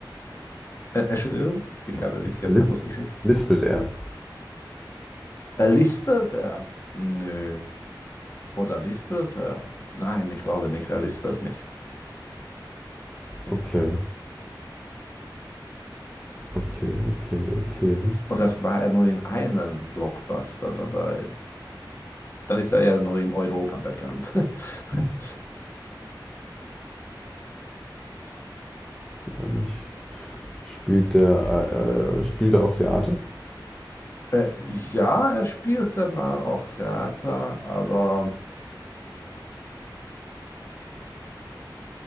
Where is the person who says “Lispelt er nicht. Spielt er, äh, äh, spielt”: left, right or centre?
Centre